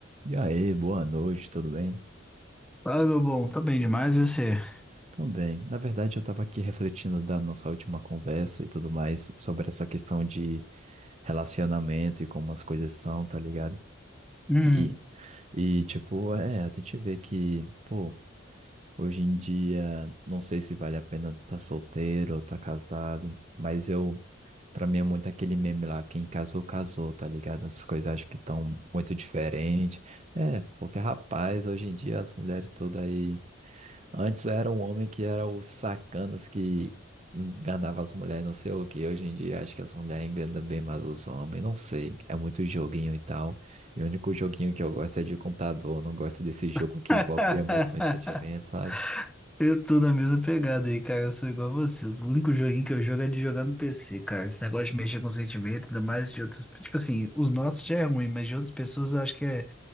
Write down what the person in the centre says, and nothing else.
Fala, meu bom, tá bem demais e você?
Hum.
<laughs>
Eu tô na mesma pegada aí, cara. Eu sou igual a você. O único joguinho que eu jogo é de jogar no PC, cara. Esse negócio de mexer com sentimento, ainda mais de outras. Tipo assim, os nossos já é ruim, mas de outras pessoas eu acho que é,